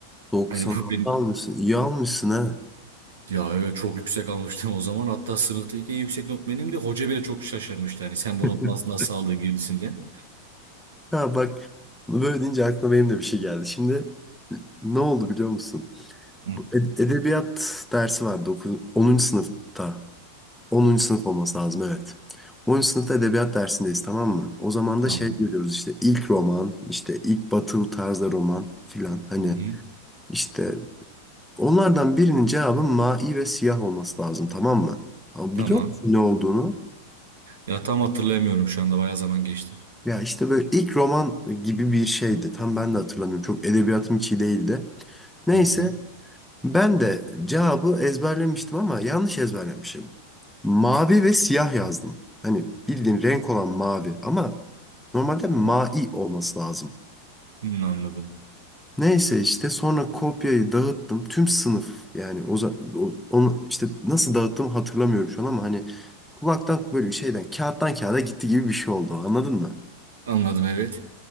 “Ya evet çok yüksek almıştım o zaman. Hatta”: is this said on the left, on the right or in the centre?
Right